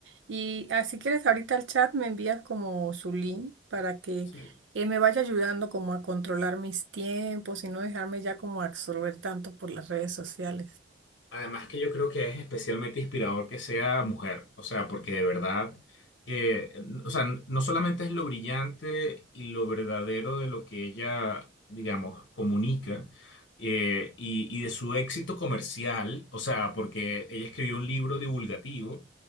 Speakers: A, on the right; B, on the left.
A: Y así si quieres, ahorita al chat me envías como su link para que
B: Sí.
A: eh, me vaya ayudando como a controlar mis tiempos y no dejarme ya como absorber tanto por las redes sociales.
B: Además que yo creo que es especialmente inspirador que sea mujer, o sea, porque de verdad que, o sea, no solamente es lo brillante y lo verdadero de lo que ella, digamos, comunica eh, y, y de su éxito comercial, o sea, porque ella escribió un libro divulgativo